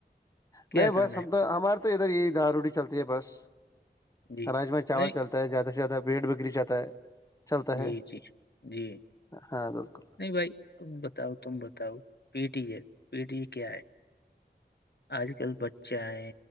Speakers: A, on the left; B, on the left.
A: کیا
B: نہیں
A: کھانا
B: بس ہم
A: ہے
B: تو ہمار تو ادھر یہ دال روٹی چلتی ہے بس
A: جی
B: راجم چاول
A: نہیں
B: چلتی ہے زیادہ سے زیادہ بیٹ بکری جا ہے چلتا ہے
A: جی جی جی
B: ہاں بالکل
A: نہیں بھائی ا بتاؤ تم بتاؤ پی ٹی ہے پی ٹی کیا ہے آج کل بچےئے